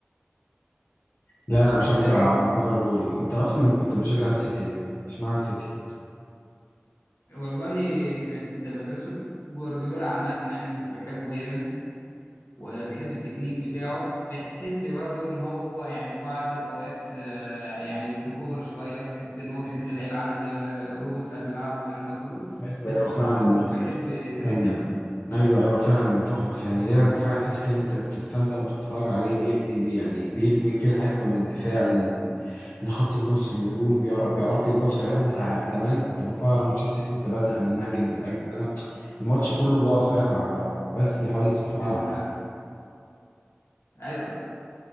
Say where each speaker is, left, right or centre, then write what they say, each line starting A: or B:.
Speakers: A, on the left; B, on the left.
A: لا انا بشجع
B: أنت إيه؟
A: ليفربول انت اصلا كنت بشجع السيتي يعني اشمعنى السيتي
B: والله كانت مدرسة جوارديولا عامة يعني كنت بحبه جامد وبحب التكنيك بتاعه بحس برضو ان هو يعني في بعض الاوقات آه، يعني بيكون اوفر شويه في حته ان هو بيخلي اللعيبه عامله زي الروبوت في قلب الملعب والكلام ده كله
A: ايوه
B: بس
A: ايوه
B: بصراحه
A: فعلا
B: كنت بحب طريقه
A: كان
B: لعبه
A: ايوه ايوه فعلا تحفه في- يعني لعبه فعلا تحس كده ان انت بتستمتع وانت بتتفرج عليه بيبني بي يعني بيبني كده هجمه من الدفاع ل- لخط النص الهجوم بيعرف بيعرف يبص يعني انا سع- زمان كنت بتفرج على ماتشات السيتي كنت بزهق منها جدا لاجل ان انا الماتش كله باظ فاهم مع- بس بيحاولوا يفتحوا ملعب
B: ايوه انا ايوه